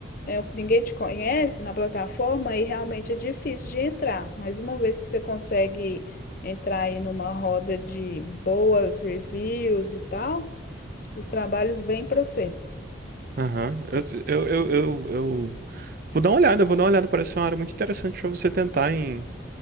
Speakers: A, on the left; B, on the right.
A: é, ninguém te conhece na plataforma, aí realmente é difícil de entrar. Mas uma vez que você consegue entrar aí numa roda de boas reviews e tal, os trabalhos vêm para você.
B: aham, Eu, eu, eu, eu, eu vou dar uma olhada, eu vou dar uma olhada, parece ser uma área muito interessante pra você tentar em